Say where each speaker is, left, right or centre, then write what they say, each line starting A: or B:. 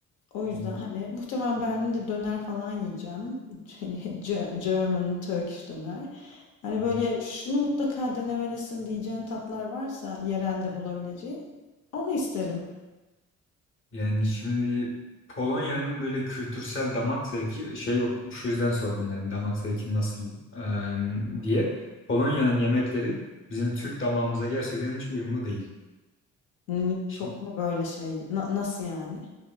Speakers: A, on the left (about 80°); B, on the left (about 40°).
A: O yüzden
B: Hı
A: hani muhtemelen Berlin'de döner falan yiyeceğim. <laughs> Ge- German, Turkish döner. Hani
B: hı.
A: böyle şunu mutlaka denemelisin diyeceğin tatlar varsa yerelde bulabileceğim. Onu isterim.
B: Yani şimdi Polonya'nın böyle kültürsel damak zevki şey şu yüzden sordum hani damak zevki nasıl e, diye. Polonya'nın yemekleri bizim Türk damağımıza gerçekten hiç uyumlu değil.
A: Hmm,
B: Şimdi
A: Çok mu böyle şey? Na- nasıl yani?